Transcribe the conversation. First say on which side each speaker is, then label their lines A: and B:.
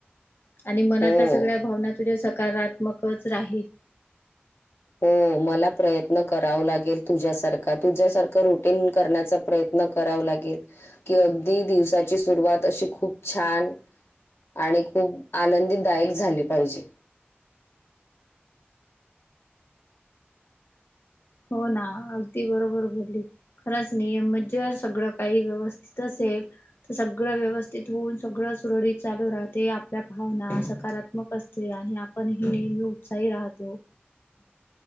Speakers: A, on the left; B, on the left.
A: आणि मनातल्या
B: हो
A: सगळ्या भावना तुझ्या सकारात्मक च राहील.
B: हो मला प्रयत्न कराव लागेल तुझ्यासारखं तुझ्यासारखं रुटीन करण्याचा प्रयत्न कराव लागेल, की अगदी दिवसाची सुरुवात अशी खूप छान आणि खूप आनंदीदायक झाली पाहिजे.
A: हो ना अगदी बरोबर बोलली. खरंच नियमीत जर सगळं काही व्यवस्थित असेल त सगळं व्यवस्थित होऊन सगळं सुरळीत चालू राहते आपल्या भावना सकारात्मक अस ते आपण नेहमी उत्साही राहतो.